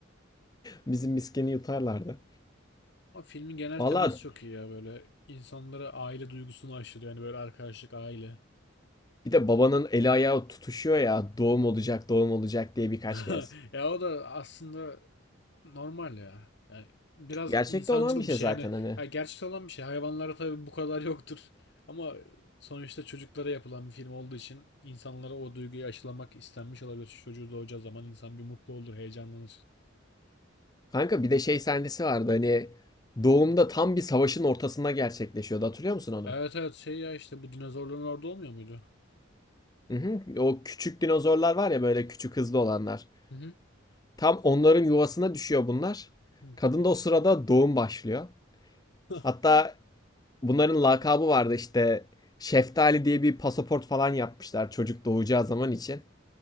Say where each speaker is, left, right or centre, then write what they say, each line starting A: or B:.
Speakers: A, on the left; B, on the left.
A: Bizim miskini yutarlardı.
B: O filmin genel
A: Valla
B: teması çok iyi ya böyle. İnsanlara aile duygusunu aşılıyor. Yani böyle arkadaşlık, aile.
A: Bir de babanın eli ayağı tutuşuyor ya doğum olacak doğum olacak diye birkaç
B: <laughs>
A: kez.
B: Ya o da aslında normal ya. Yani biraz
A: Gerçekte
B: insancıl
A: olan bir şey
B: bir şey.
A: zaten
B: Hani
A: hani.
B: ya gerçekten olan bir şey. Hayvanlara tabii bu kadar yoktur. Ama sonuçta çocuklara yapılan bir film olduğu için insanlara o duyguyu aşılamak istenmiş olabilir. Çocuğu doğacağı zaman insan bir mutlu olur, heyecanlanır.
A: Kanka bir de şey sahnesi vardı hani doğumda
B: Hı.
A: tam bir savaşın ortasında gerçekleşiyordu hatırlıyor musun onu?
B: Evet evet şey ya işte bu dinozorların orada olmuyor muydu?
A: Hı hı. O küçük dinozorlar var ya böyle küçük hızlı olanlar.
B: Hı hı.
A: Tam onların yuvasına düşüyor bunlar.
B: Hı.
A: Kadın da o sırada doğum başlıyor.
B: <laughs>
A: Hatta bunların lakabı vardı işte Şeftali diye bir pasaport falan yapmışlar çocuk doğacağı zaman için.